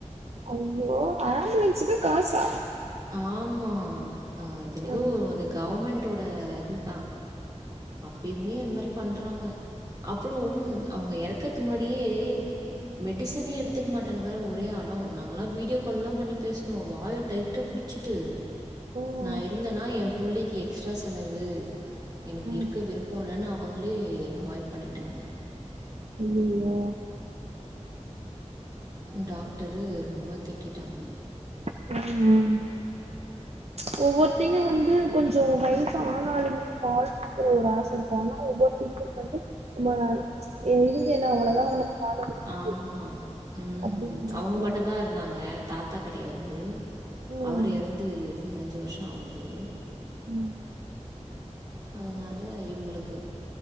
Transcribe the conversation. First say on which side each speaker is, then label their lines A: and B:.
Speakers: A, on the right; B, on the right.
A: ஐயோ ஆம்புலன்ஸுக்கு காசா
B: ஆமா ஆ இத்தனிக்கு
A: ம்
B: அது கௌம்மெண்ட்டோட இதுதா அப்பய்மே அந்த மாரி பண்றாங்க அப்றோ அவுங்க எறக்கற்த்துக் முன்னாடியே மெடிசனே எடுத்துக்க மாட்டன் வேற ஒரே அ டொ நாங்கல்லா வீடியோ கால்லா பண்ணி பேசுணோ வாய டைட்டா புடிச்சிட்டு
A: ம்
B: நா இருந்தனா ஏம் புள்ளைக்கி எக்ஸ்ட்ரா செலவு எனக்கு
A: ம்
B: இருக்க விருப்பொ இல்லனு அவங்களே அவாய்ட் பண்ணியிட்டாங்க
A: ஐயையோ
B: டாக்டரு ரொம்ப திட்டிட்டாங்க
A: ம் ம் ஒவ்வொர்த்திங்க வந்து கொஞ்சொ வயசு ஆனாலுமே வாழணுங்குற ஒரு ஆச இருக்கு ஆனா ஒவ்வொருத்திங் <inaudible> வந்து நம்ம இருந்து என்னா அவ்வளோதா நம்ம காண முடியு
B: ஆமா ம்
A: அப்டின்னு நெனைக்கிறாங்க
B: அவுங்க மட்டுந்தா இருந்தாங்க தாத்தா கடையாது
A: ம்
B: அவரு எறந்து பதினஞ்சு வர்ஷொ ஆவுது
A: ம்
B: அதனால இவுங்களுக்கு